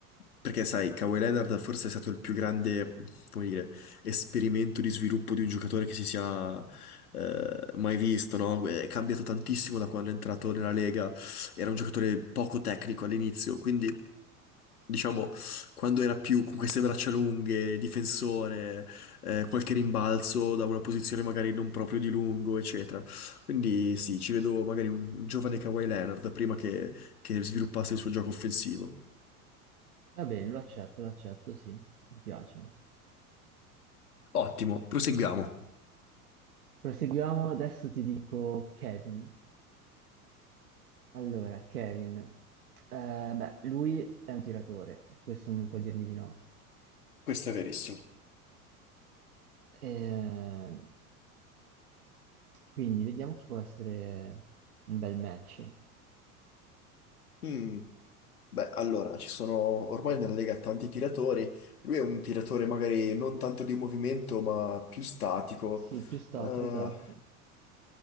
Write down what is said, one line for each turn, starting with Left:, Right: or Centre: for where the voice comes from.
Left: perché sai, Kawhi Leonard forse è stato il più grande, come dire, esperimento di sviluppo di un giocatore che si sia eh, mai visto, no? È cambiato tantissimo da quando è entrato nella Lega, era un giocatore poco tecnico all'inizio, quindi diciamo, quando era più con queste braccia lunghe, difensore, eh, qualche rimbalzo da una posizione magari non proprio di lungo, eccetera. Quindi sì, ci vedo magari un giovane Kawhi Leonard prima che, che sviluppasse il suo gioco offensivo.
Right: Va bene, lo accetto, lo accetto, sì, mi piace.
Left: Ottimo, proseguiamo.
Right: Proseguiamo, adesso ti dico Kevin. Allora, Kevin, eh, beh, lui è un tiratore, su questo non puoi dirmi di no.
Left: Questo è verissimo.
Right: Eh, quindi vediamo chi può essere un bel match.
Left: Mm, Beh, allora, ci sono ormai nella Lega tanti tiratori. Lui è un tiratore magari non tanto di movimento, ma più statico.
Right: Sì, più statico,
Left: Eh,
Right: esatto.